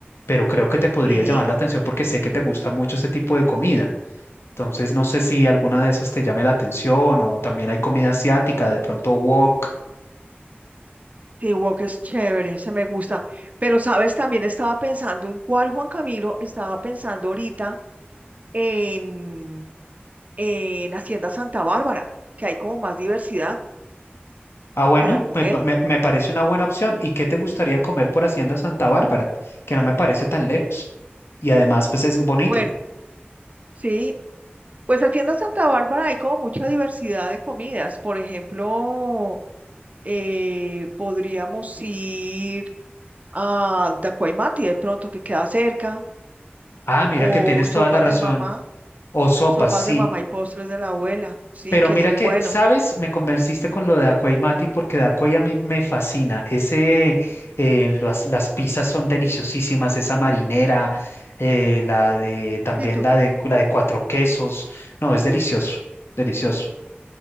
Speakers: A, on the left; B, on the right.
A: pero creo que te podría
B: sí.
A: llamar la atención porque sé que te gusta mucho ese tipo de comida. Entonces, no sé si alguna de esas te llame la atención o también hay comida asiática, de pronto wok.
B: Que Walk es chévere, ese me gusta. Pero, ¿sabes? También estaba pensando en cuál Juan Camilo estaba pensando ahorita en, en Hacienda Santa Bárbara, que hay como más diversidad
A: Ah, bueno,
B: para comer.
A: me, pa- me- me parece una buena opción. ¿Y qué te gustaría comer por Hacienda Santa Bárbara? Que no me parece tan lejos. Y además, pues es bonito.
B: Bueno, sí, pues Hacienda Santa Bárbara hay como mucha diversidad de comidas. Por ejemplo, eh, podríamos ir a Dacuaymati de pronto, que queda cerca,
A: Ah, mira
B: o
A: que tienes
B: sopas
A: toda la razón.
B: de mamá,
A: O sopas,
B: sopas
A: sí.
B: de mamá y postres de la abuela. Sí,
A: Pero
B: que
A: mira
B: ese es
A: que,
B: bueno.
A: ¿sabes? Me convenciste con lo de Acuey Mati porque de Acuey a mí me fascina. Ese, eh, las, las pizzas son deliciosísimas, esa marinera, eh, la de, también
B: Listo.
A: la de, la de cuatro quesos. No, es delicioso, delicioso.